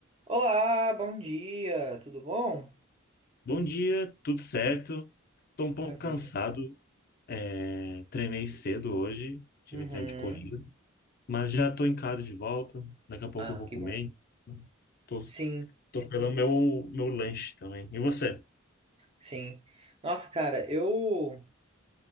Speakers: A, on the right; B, on the left.
A: Olá, bom dia, tudo bom?
B: Bom dia, tudo certo? Estou um
A: Maravilha.
B: pouco cansado. é, treinei cedo hoje, tive
A: Uhum.
B: treino de corrida, mas já estou em casa de volta. Daqui a pouco
A: Ah,
B: eu vou
A: que
B: comer.
A: bom.
B: então Tô,
A: Sim,
B: tô pelo meu, meu lanche também. E você?
A: sim. Nossa, cara, eu,